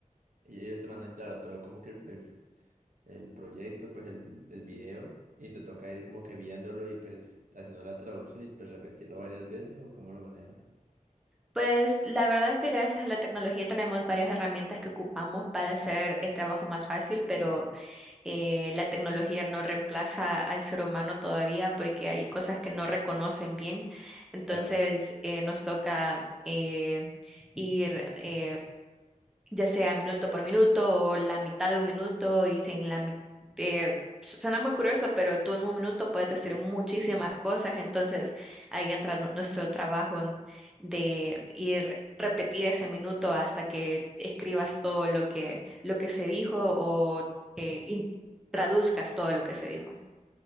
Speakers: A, on the right; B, in the centre.
A: y ellos te mandan, claro, todo como que el, el, el proyecto, pues el, el video, y te toca ir como que viéndolo y pues haciendo la traducción y pues repetirlo varias veces o cómo lo manejan.
B: Pues la verdad es que gracias a la tecnología tenemos varias herramientas que ocupamos para hacer el trabajo más fácil, pero eh, la tecnología no reemplaza al ser humano todavía porque hay cosas que no reconocen bien. Entonces
A: Claro.
B: eh, nos toca eh, ir eh, ya sea minuto por minuto o la mitad de un minuto y sin la mitad suena muy curioso, pero tú en un minuto puedes decir muchísimas cosas, entonces ahí entra nu- nuestro trabajo en- de ir repetir ese minuto hasta que escribas todo lo que lo que se dijo o eh, in- traduzcas todo lo que se dijo.